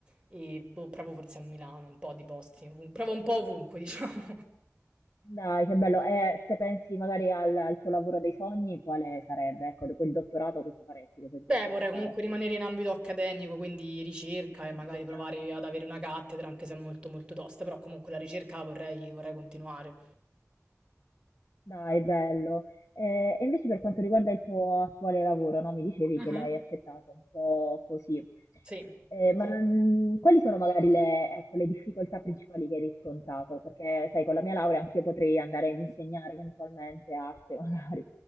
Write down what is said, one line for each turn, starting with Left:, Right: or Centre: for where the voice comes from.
Right: e boh, provo forse a Milano, un po' di posti, ovun- provo un po' ovunque <laughs> diciamo.
Left: Dai, che bello. E se pensi magari al, al tuo lavoro dei sogni, quale sarebbe? Ecco, dopo il dottorato cosa faresti? Cosa ti
Right: Beh,
Left: piacerebbe
Right: vorrei comunque
Left: fare?
Right: rimanere in ambito accademico, quindi ricerca
Left: Quindi
Right: e magari
Left: insegnare?
Right: provare
Left: no?
Right: ad avere una cattedra, anche se è molto molto tosta, però comunque la ricerca la vorrei, vorrei continuare.
Left: Dai, bello. Eh, e invece per quanto riguarda il tuo attuale lavoro, no? Mi dicevi
Right: Mhm.
Left: che l'hai accettato un po' così.
Right: Sì.
Left: Eh, ma Sì. non- quali sono magari le, ecco, le difficoltà principali che hai riscontrato? Perché, sai, con la mia laurea anch'io potrei andare ad insegnare eventualmente arte, <laughs> magari.